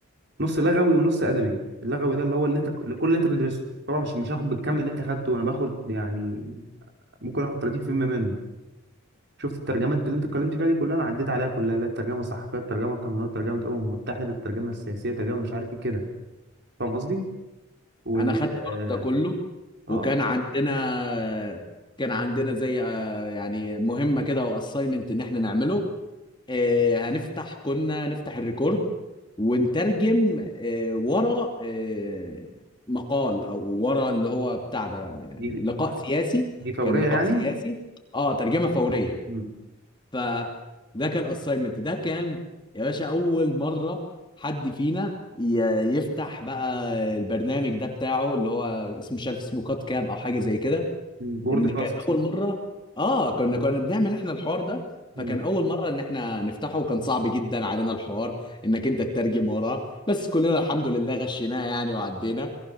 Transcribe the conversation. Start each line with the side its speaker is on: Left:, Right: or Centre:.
Right: نص لغوي ونص ادبي اللغوي ده اللي هو اللي انت كل اللي انت بتدرسه طبعا مش مش هاخد بالكم اللي انت خدته انا باخد يعني ممكن اخد 30% منه شفت الترجمات اللي انت اتكلمت فيها دي كلها انا عديت عليها كلها لا الترجمه الصحفيه الترجمه القانونيه الترجمه الامم المتحده الترجمه السياسيه الترجمه مش عارف ايه كده فاهم قصدي وال
Left: انا خدت
Right: اه
Left: برضه ده كله
Right: آه،
Left: وكان عندنا كان عندنا زي آه، يعني مهمة كده واساينمنت ان احنا نعمله آه، هنفتح كنا نفتح الريكورد ونترجم آه، ورا آه، مقال او ورا اللي هو بتاع ده يعني
Right: دي
Left: لقاء سياسي
Right: دي فوريه
Left: كان لقاء
Right: يعني
Left: سياسي اه ترجمة فورية
Right: مم.
Left: فده كان اساينمنت ده كان يا باشا اول مرة حد فينا ي- يفتح بقى البرنامج ده بتاعه اللي هو اسمه مش عارف اسمه كات كاب او حاجة زي كده
Right: مم. وورد
Left: ان
Right: فاست
Left: كان اول مره اه كنا كنا بنعمل احنا الحوار ده
Right: مم.
Left: فكان اول مره ان احنا نفتحه وكان صعب جدا علينا الحوار انك انت تترجم وراه بس كلنا الحمد لله غشيناه يعني وعدينا